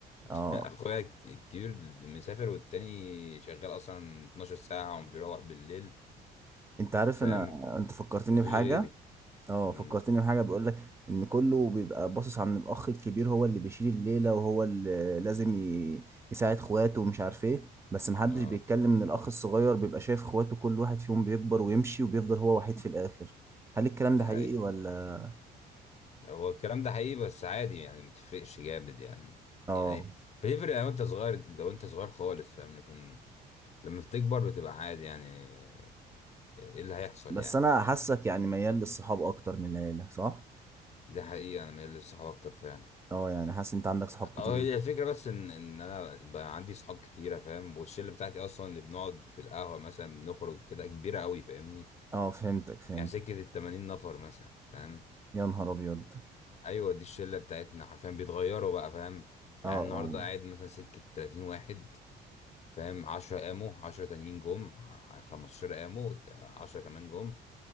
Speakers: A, on the right; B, on the left.
A: اه
B: <laughs> اخويا الك- الكبير مسافر والتاني شغال اصلا 12 ساعة وبيروح بالليل
A: انت عارف
B: فاهم
A: انا انت فكرتني
B: مفيش
A: بحاجة
B: غيري
A: اه
B: امم
A: فكرتني بحاجة بيقول لك ان كله بيبقى باصص عن الاخ الكبير هو اللي بيشيل الليلة وهو اللي لازم ي- يساعد اخواته ومش عارف ايه بس محدش
B: اه
A: بيتكلم ان الاخ الصغير بيبقى شايف اخواته كل واحد فيهم بيكبر ويمشي وبيفضل هو وحيد في الاخر هل الكلام
B: ده
A: ده حقيقي
B: حقيقة
A: ولا
B: هو الكلام ده حقيقي بس عادي يعني متفرقش جامد يعني
A: اه
B: يعني بتفرق لو انت صغير لو انت صغير خالص فاهم لكن لما بتكبر بتبقى عادي يعني ايه اللي هيحصل
A: بس
B: يعني
A: انا حاسك يعني ميال للصحاب اكتر من العيلة صح
B: دي حقيقة انا مايل للصحاب اكتر فعلا
A: اه يعني حاسس انت عندك صحاب كتير
B: اه هي الفكرة بس ان ان انا بقى عندي صحاب كتيرة فاهم والشلة بتاعتي اصلا اللي بنقعد في القهوة مثلا بنخرج كده كبيرة قوي فاهمني
A: اه فهمتك فهمتك
B: يعني سكة التمانين نفر مثلا فاهم
A: يا نهار ابيض
B: ايوه دي الشلة بتاعتنا حرفيا بيتغيروا بقى فاهم
A: اه
B: يعني
A: اه
B: النهاردة قاعد مثلا سكة تلاتين واحد فاهم عشرة قاموا عشرة تانيين جم ع- خمستاشر قاموا عشرة كمان جم